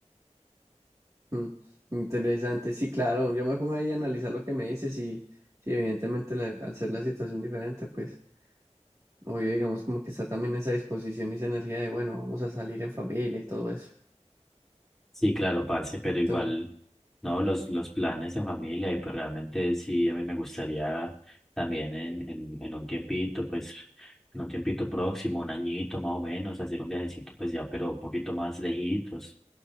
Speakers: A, on the right (about 25°); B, in the centre.
A: Mm, Interesante, sí, claro. Yo me pongo ahí a analizar lo que me dices y, sí, evidentemente la- al ser la situación diferente, pues. Obvio, digamos como que está también esa disposición y esa energía de, bueno, vamos a salir en familia y todo eso.
B: Sí, claro, parce, pero igual,
A: Tú,
B: no, los, los planes en familia y pues realmente sí, a mí me gustaría también en, en, en un tiempito, pues en un tiempito próximo, un añito más o menos, hacer un viajecito pues ya, pero un poquito más lejitos.